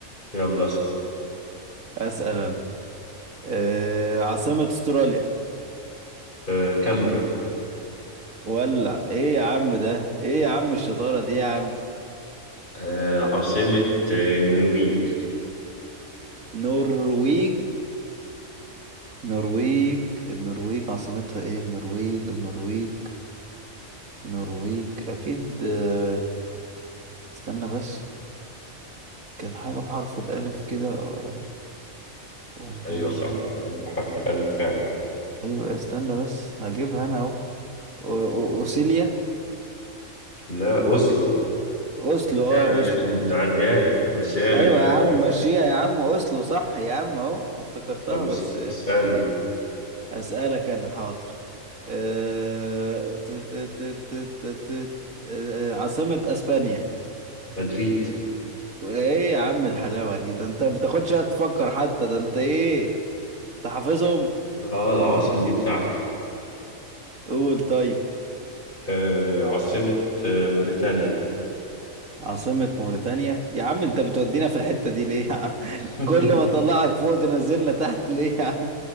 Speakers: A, on the left (about 35°); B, on the right (about 80°).
A: يلا اسأل
B: اسأل انا آه، عاصمة استراليا
A: آه كامبرا
B: ولع ايه يا عم ده ايه يا عم الشطارة دي يا عم
A: آه عاصمة آه، النرويج
B: نرويج نرويج النرويج عاصمتها ايه النرويج النرويج النرويج اكيد آه، استنى بس كانت حاجة بحرف الالف كده آه، آه،
A: أيوة صح بحرف الألف فعلا
B: ايوه استنى بس هجيبها انا اهو أو- أو- اوسيليا
A: لا أوسلو
B: اوسلو
A: يعني
B: اه اوسلو
A: لا- نعديها
B: أوسلو.
A: لك نمشيها
B: ايوه
A: لك زي
B: يا عم
A: بعض
B: مشيها يا عم اوسلو صح يا عم اهو افتكرتها
A: آه، بس
B: بس
A: اسألني
B: أسألك أنا حاضر أه... ت- ت- ت- ت- ت- ت- آه، آه، عاصمة أسبانيا
A: مدريد
B: وإيه يا عم الحلاوة دي ده أنت ما بتاخدش وقت تفكر حتى ده أنت إيه أنت حافظهم
A: اه العواصم دي بتاعتي
B: قول طيب
A: آه عاصمة آه، موريتانيا
B: عاصمة موريتانيا يا عم أنت بتودينا في الحتة دي ليه يا عم
A: <laughs>
B: <laughs> كل ما أطلعك فوق تنزلنا تحت ليه يا عم